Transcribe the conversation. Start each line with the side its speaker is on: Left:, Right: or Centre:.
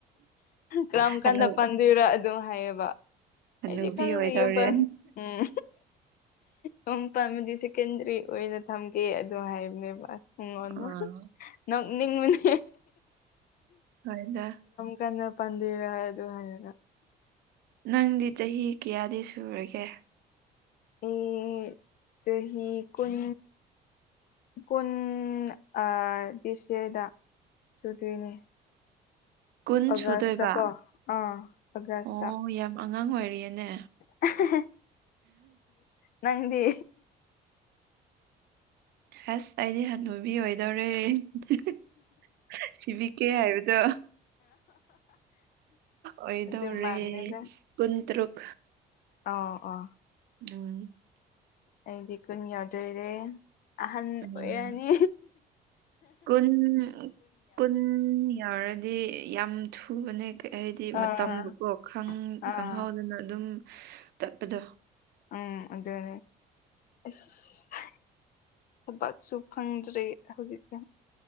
Left: ꯀꯔꯝ ꯀꯥꯟꯗ
Right: ꯍꯅꯨ
Left: ꯄꯥꯟꯗꯣꯏꯔ ꯑꯗꯨꯝ ꯍꯥꯏꯌꯦꯕ
Right: ꯍꯅꯨꯕꯤ
Left: ꯑꯩꯗꯤ ꯈꯪꯗ꯭ꯔꯤ
Right: ꯑꯣꯏꯗꯧꯔꯦ
Left: ꯌꯨꯝ ꯄꯥꯟ ꯎꯝ ꯌꯨꯝ ꯄꯥꯟꯕꯗꯤ ꯁꯦꯀꯦꯟꯗꯔꯤ ꯑꯣꯏꯅ ꯊꯝꯒꯦ ꯑꯗꯨ ꯍꯥꯏꯕꯅꯦꯕ ꯉꯣꯟꯗꯥ
Right: ꯑꯥ
Left: ꯅꯣꯛꯅꯤꯡꯕꯅꯦ
Right: ꯀꯥꯏꯗꯥ
Left: ꯀꯅ ꯄꯟꯗꯣꯏꯔꯥ ꯍꯥꯏ ꯑꯗꯨ ꯍꯥꯏꯔꯒꯥ
Right: ꯅꯪꯗꯤ ꯆꯍꯤ ꯀꯌꯥꯗꯤ ꯁꯨꯔꯒꯦ
Left: ꯑꯩ ꯆꯍꯤ ꯀꯨꯟ ꯀꯨꯟ ꯑꯥ ꯗꯤꯁ ꯌꯔꯗ ꯁꯨꯗꯣꯏꯅꯦ
Right: ꯀꯨꯟ
Left: ꯑꯒꯁꯇ
Right: ꯁꯨꯗꯣꯏꯕ
Left: ꯀꯣ ꯑꯥ ꯑꯒꯁꯇ
Right: ꯑꯣ ꯌꯥꯝ ꯑꯉꯥꯡ ꯑꯣꯏꯔꯤꯌꯦꯅꯦ
Left: <unintelligible> ꯅꯪꯗꯤ
Right: ꯍꯥꯁ ꯑꯩꯗꯤ ꯍꯥꯅꯨꯕꯤ ꯑꯣꯏꯗꯣꯔꯦ <unintelligible> ꯁꯤꯕꯤꯀꯦ ꯍꯥꯏꯕꯗꯨ ꯑꯣꯏꯗꯣꯔꯦ
Left: ꯑꯗꯨ ꯃꯥꯟꯗꯦꯗ
Right: ꯀꯨꯟꯇꯔꯨꯛ
Left: ꯑꯥꯎ ꯑꯣ
Right: ꯎꯝ
Left: ꯑꯩꯗꯤ ꯀꯨꯟ ꯌꯧꯗꯣꯏꯔꯦ ꯑꯍꯟ
Right: ꯎꯝ
Left: ꯑꯣꯏꯔꯅꯤ
Right: ꯀꯨꯟ ꯀꯨꯟ ꯌꯧꯔꯗꯤ ꯌꯥꯝ ꯊꯨꯕꯅꯦ ꯀꯩ ꯑꯩꯗꯤ
Left: ꯑꯥ
Right: ꯃꯇꯝꯗꯨꯀꯣ ꯈꯪ
Left: ꯑꯥ
Right: ꯈꯪꯍꯧꯗꯅ ꯑꯗꯨꯝ ꯆꯠꯄꯗꯣ
Left: ꯎꯝ ꯑꯗꯨꯅꯦ ꯏꯁ ꯊꯕꯛꯁꯨ ꯐꯪꯗ꯭ꯔꯦ ꯍꯧꯖꯤꯛꯇꯤ